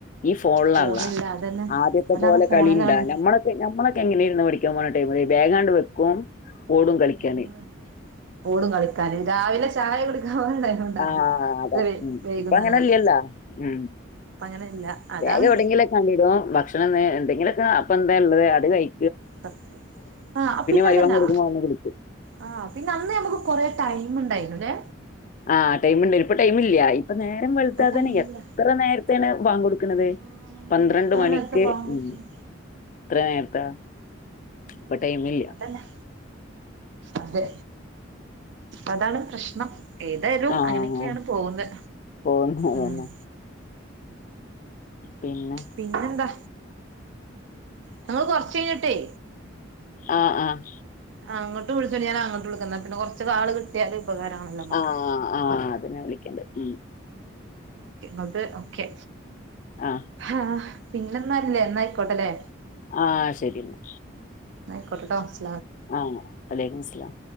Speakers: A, on the left (about 40°); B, on the right (about 65°).
A: ഈ ഫോണിലാള്ള
B: ഫോണില്ല അതന്നെ
A: ആദ്യത്തെ
B: അതാണ്
A: പോലെ
B: ഫോണിലാണ്
A: കളിണ്ടാ നമ്മളൊക്കെ നമ്മളൊക്കെ എങ്ങനരുന്ന് പഠിക്കാൻ പോണ <unintelligible> ബാഗാണ് വെക്കും ഓടും കളിക്കാന്
B: ഉം ഓടും കളിക്കാന് രാവിലെ ചായ കുടിക്കാൻ <unintelligible>
A: ആ അതാ
B: അല്ല വൈ
A: ഉം
B: വൈകുന്നേരം
A: ഇപ്പങ്ങനെല്ലല്ലോ ഉം
B: ഇപ്പ അങ്ങനെല്ല അതാണ്
A: ബാഗ് എവിടെങ്കിലൊക്കണിടും ഭക്ഷണം വെ എന്തെങ്കിലൊക്കെ ഇപ്പ എന്താ ഉള്ളത് അത് കഴി
B: സത്യം ആ പിന്നെ
A: മഗ്‌രിബാങ്ക്
B: അതല്ലാ
A: കൊടുക്കുമ്പോ വന്ന്
B: ആ പിന്നെ അന്ന് ഞമ്മക്ക് കൊറെ ടൈം ഉണ്ടായിരുന്നുല്ലേ
A: ആഹ് ടൈമുണ്ടെനു ഇപ്പൊ ടൈം ഇല്ല. ഇപ്പം നേരം വെളുത്താ
B: ഇപ്പൊ ടൈമില്ല
A: തന്നെ എത്ര നേര നേരെത്തെണെ ബാങ്ക് കൊടു ക്ക്ണത്
B: ആഹ്
A: പന്ത്രണ്ട്
B: എത്ര
A: മണിക്ക്
B: നേരത്തെ ബാങ്ക് കൊടുക്കും
A: ഉം എത്ര നേരത്താ. ഇപ്പ ടൈം ഇല്ലാ
B: അതന്നെ അതെ അതാണ് പ്രശ്നം. ഏതാലും
A: ആഹ്
B: അങ്ങനെയൊക്കെയാണ് പോകുന്നത്
A: പോന്നതന്നെ
B: ഉം
A: പിന്നെ
B: പിന്നെന്താ? ഞങ്ങൾ കൊറച്ച് കഴിഞ്ഞിട്ടേ
A: ആഹ് ആഹ്
B: ആ ഇങ്ങോട്ട് വിളിചോണ്ടി ഞാൻ അങ്ങോട്ട് വിളിക്കാ ന്നാ പിന്നെ കുറച്ച് കാള് കിട്ടിയാല് ഉപകാരമാണല്ലോ നമുക്ക്
A: ആഹ് ആഹ് അതെന്നെ വിളി ക്കണ്ട് ഉം
B: ഓക്കെ നിങ്ങൾത് ഓക്കെ
A: ആഹ്
B: ആഹ് പിന്നെ നല്ലേ ന്നായിക്കോട്ടല്ലെ
A: ആഹ് ശരി എന്നാ
B: ന്നായിക്കോട്ടെട്ടോ
A: ആഹ വലൈക്കും സ്ലാം